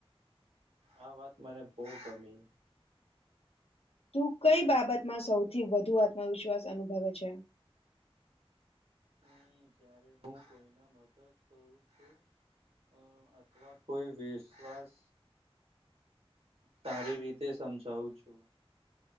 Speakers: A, on the right (about 70°); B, on the left (about 75°).
A: આ વાત મને બહુ ગમી.
B: તું કઈ બાબતમાં સૌથી વધુ આત્મવિશ્વાસ અનુભવે છે.
A: હમ. જ્યારે હું કોઈને મદદ કરું છું. અ અથવા કોઈ વિશ્વાસ સારી રીતે સમજાવું છું.